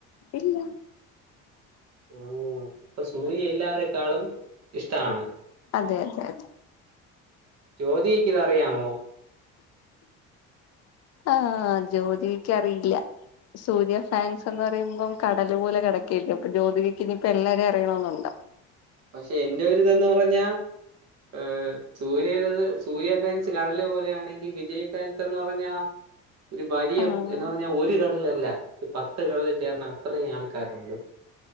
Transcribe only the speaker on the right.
ഓഹ് അപ്പൊ സൂര്യ എല്ലാവരെക്കാളും ഇഷ്ടാണ്.
ജ്യോതികക്ക് ഇതറിയാമോ?
പക്ഷേ എന്റെ ഒരു ഇതെന്ന് പറഞ്ഞാ ഏ- സൂര്യയുടെത് സൂര്യ ഫാൻസ് കടല് പോലെയാണെങ്കിൽ വിജയ് ഫാൻസ് എന്ന് പറഞ്ഞാ- ഒരു ബരിയം
എന്ന് പറഞ്ഞാ ഒരു കടലല്ല, ഒരു പത്ത് കടൽ ചേർന്ന അത്രയും ആൾ- ക്കാറുണ്ട്.